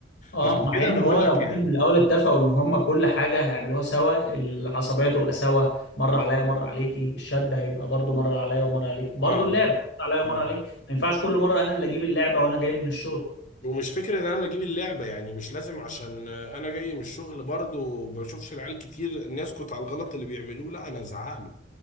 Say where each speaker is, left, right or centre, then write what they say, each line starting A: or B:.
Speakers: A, on the left; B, on the left.
A: اه
B: عشان
A: مع
B: كده
A: ان
B: بقول
A: هو لو
B: لك كده
A: كان من الاول اتفقوا ان هم كل حاجه هيعملوها سوا العصبيه تبقى سوا مره عليا مره عليكي الشد هيبقى برضو مره عليا ومره عليكي برضو
B: اه
A: اللعب مره عليا ومره
B: مم.
A: عليك ما ينفعش كل مره انا اللي اجيب اللعبه وانا جاي من الشغل
B: ومش فكرة ان انا اجيب اللعبة يعني مش لازم عشان انا جاي من الشغل برضو بشوفش العيال كتير ان يسكت على الغلط اللي بيعملوه لا انا ازعق له